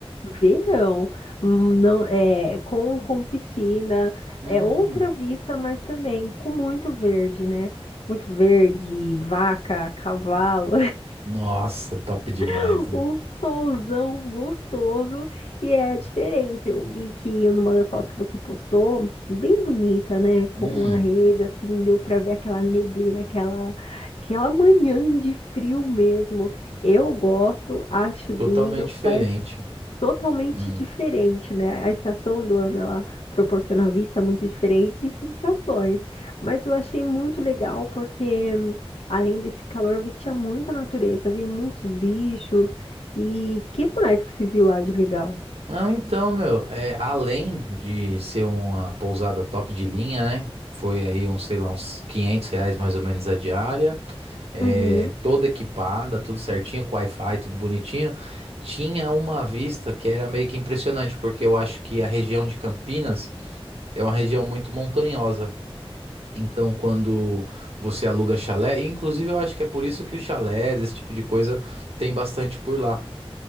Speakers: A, on the left; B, on the right.
A: Verão, hum, não é com, com piscina,
B: Hum,
A: é outra vista, mas também com muito verde, né? Muito verde, vaca, cavalo,
B: nossa, top demais,
A: <laughs>
B: né?
A: um solzão gostoso e é a diferença. Eu vi que numa das fotos que você postou, bem bonita, né? Com
B: Hum,
A: a rede, assim, deu pra ver aquela neblina, aquela, aquela manhã de frio mesmo. Eu gosto, acho lindo,
B: totalmente diferente.
A: mas totalmente
B: Hum.
A: diferente, né? A estação do ano ela proporciona vista muito diferente e sensações. Mas eu achei muito legal porque além desse calor, vi tinha muita natureza, vi muitos bichos e que mais que se viu lá de legal?
B: Não, então, meu, é, além de ser uma pousada top de linha, né? Foi aí uns, sei lá, uns 500 reais mais ou menos a diária. é,
A: Uhum.
B: toda equipada, tudo certinho, com Wi-Fi, tudo bonitinho. Tinha uma vista que era meio que impressionante, porque eu acho que a região de Campinas é uma região muito montanhosa. Então, quando você aluga chalé, e inclusive eu acho que é por isso que os chalés, esse tipo de coisa, tem bastante por lá.